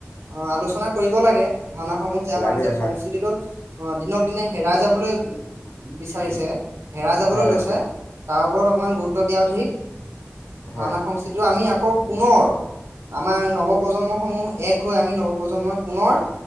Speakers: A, on the right (about 75°); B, on the left (about 75°).
A: অ' আলোচনা কৰিব লাগে। ভাওনাসমূহ যে আমাৰ
B: লাগে
A: যে
B: হয়,
A: সংস্কৃতিটো। অ' দিনক দিনে হেৰাই যাবলৈ বিচাৰিছে। হেৰাই যাবলৈ
B: হয়,
A: লৈছে।
B: হয়,
A: তাৰ ওপৰত অকণমান গুৰুত্ব দিয়া অধিক
B: হয়,
A: ভাওনা সংস্কৃতিো আমি আ আকৌ পুনৰ আমাৰ নৱপ্ৰজন্মসমূহ এক হৈ আমি নৱপ্ৰজন্মই, পুনৰ